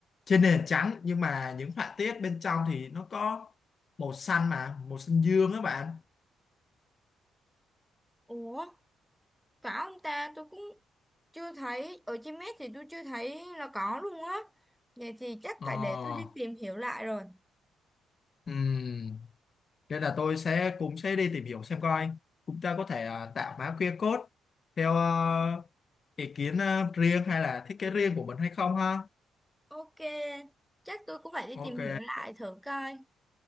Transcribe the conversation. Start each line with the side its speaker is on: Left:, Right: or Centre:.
Left: trên nền trắng nhưng mà những họa tiết bên trong thì nó có màu xanh mà màu xanh dương á bạn
Centre: Ủa, có ông ta tôi cũng chưa thấy, ở trên net thì tôi chưa thấy là có luôn á. Vậy thì chắc
Left: ờ
Centre: phải để tôi đi tìm hiểu lại rồi.
Left: ừm nên là tôi sẽ cũng sẽ đi tìm hiểu xem coi chúng ta có thể à, tạo mã QR code theo ờ, ý kiến ờ, riêng hay là thiết kế riêng của mình hay không ha
Centre: Ok, chắc tôi cũng phải đi
Left: ok
Centre: tìm hiểu lại thử coi.